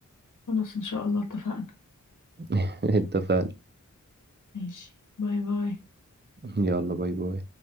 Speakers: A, on the left; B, on the right.
A: خلاص ان شاء الله اتفقنا
B: <laughs> اتفقنا
A: ماشي باي باي
B: يلا باي باي